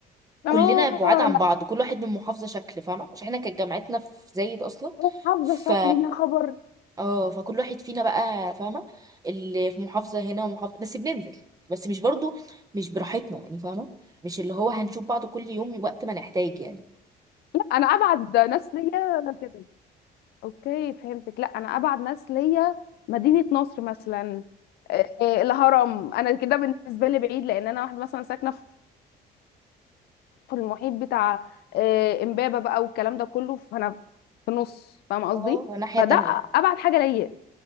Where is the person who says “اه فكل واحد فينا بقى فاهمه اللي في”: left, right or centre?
Right